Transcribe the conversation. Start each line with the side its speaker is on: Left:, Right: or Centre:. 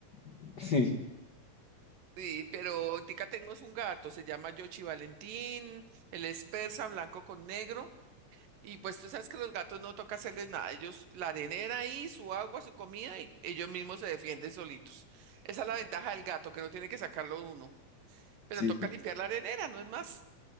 Left: <laughs> Sí,
Right: Sí, pero tica tengo es un gato, se llama Yoshi Valentín, él es persa, blanco con negro, y pues tú sabes que los gatos no toca hacerles nada, ellos la arenera ahí, su agua, su comida, y ellos mismos se defienden solitos. Esa es la ventaja del gato, que no tiene que sacarlo uno, pero
Left: sí,
Right: toca limpiar la arenera, no es más.